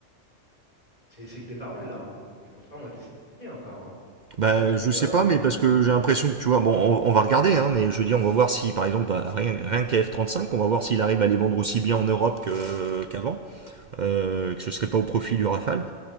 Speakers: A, on the left (about 30°); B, on the right (about 60°).
A: c'est c'est que des paroles, là. hein. Les contrats ont été sont signés encore. hein.
B: bah,
A: les Patriotes,
B: je sais pas, mais
A: euh,
B: parce
A: les
B: que
A: F-35.
B: j'ai l'impression que tu vois, bon, on, on va regarder, hein, mais je veux dire, on va voir si, par exemple, bah, rien, rien que les f trente cinq, on va voir s'il arrive à les vendre aussi bien en Europe que- euh, qu'avant, euh, que ce serait pas au profit du Rafale.